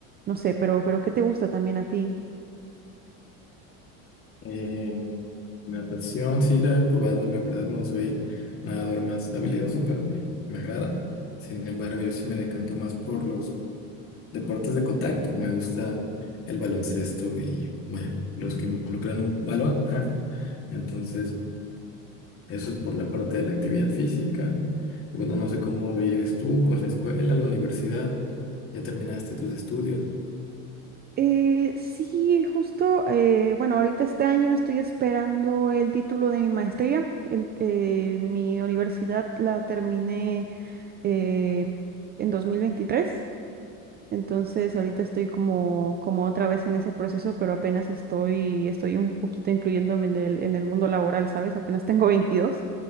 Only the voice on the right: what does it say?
No sé, pero, pero ¿qué te gusta también a ti?
Eh, sí, justo, eh, bueno, ahorita este año estoy esperando el título de mi maestría. El- eh, mi universidad la terminé eh, en 2023. Entonces, ahorita estoy como, como otra vez en ese proceso, pero apenas estoy, estoy un poquito incluyéndome en el, en el mundo laboral, ¿sabes? Apenas tengo veintidós